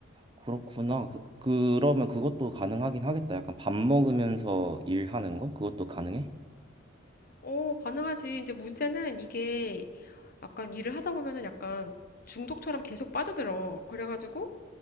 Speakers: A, on the right; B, on the left.
A: 그렇구나. 그, 그러면 그것도 가능하긴 하겠다. 약간 밥 먹으면서 일하는 거? 그것도 가능해?
B: 오, 가능하지. 이제 문제는 이게 약간 일을 하다 보면은 약간 중독처럼 계속 빠져들어. 그래가지고,